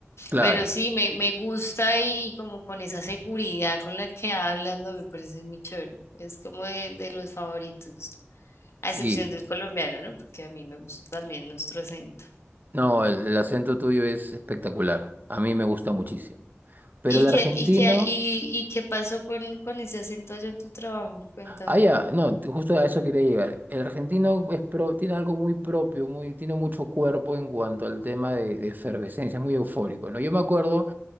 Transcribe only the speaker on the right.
claro.
Sí.
No, el, el acento tuyo es espectacular. A mí me gusta muchísimo. Pero
el
argentino...
Ah, ya, no, t- justo a eso quería llegar. El argentino es pro- tiene algo muy propio, muy, tiene mucho cuerpo en cuanto al tema de, de efervescencia, es muy eufórico, ¿no? Yo me acuerdo